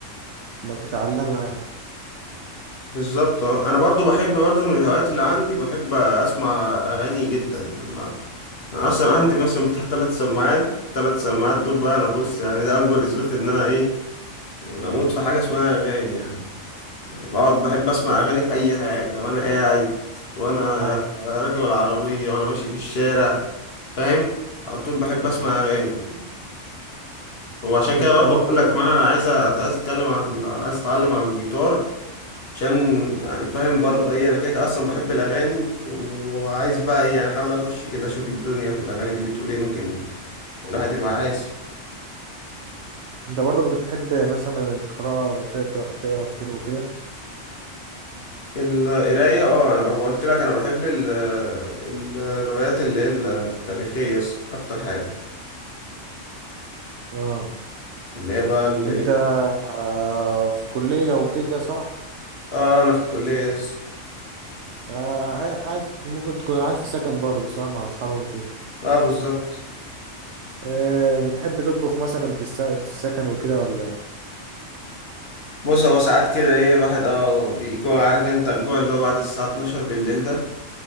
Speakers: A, on the right (about 65°); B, on the left (about 55°).
A: إنك تتعلمها يعني
B: بالظبط آه. انا برضو بحب برضو من الهوايات اللي عندي بحب اسمع اغاني جدا يعني انا أنا اصلا عندي مثلا بتاع ثلاث سماعات ثلاث سماعات دول بقى انا بص يعني ده اكبر اثبات ان انا ايه بموت في حاجة اسمها اغاني يعني بقعد بحب اسمع اغاني في اي حاجه وانا قاعد وانا
A: أيوة
B: راكب العربيه وانا ماشي في الشارع فاهم على طول بحب
A: أيوة
B: اسمع اغاني وعشان
A: أنت
B: كده برضو
A: برضو
B: بقول لك كمان انا عايز أ- عايز اتكلم عن عايز اتعلم على الجيتار عشان يعني فاهم برضو ايه انا كده كده اصلا بحب الاغاني وعايز بقى ايه يعني احاول اخش كده اشوف الدنيا في الاغاني دي بتقول ايه ممكن الواحد يبقى عايز
A: أنت برضو بتحب مثلا القراءة تقرأ تقرأ كتير وكده؟
B: القرايه اه انا بح- قلت لك انا بحب ال- الروايات اللي هي التاريخيه اكتر حاجه
A: اه
B: اللي هي بقى اللي
A: انت
B: إيه؟
A: آه، في كلية وكده صح؟
B: اه انا في الكلية لسه
A: آه، عا- عايز ممكن تكون عايز في سكن برضه صح مع أصحابك وكده
B: اه بالظبط
A: آه، بتحب تطبخ مثلا في الس- السكن وكده ولا
B: بص هو ساعات كده ايه الواحد اه بيجوع عارف انت الجوع اللي هو بعد الساعة 12 بالليل ده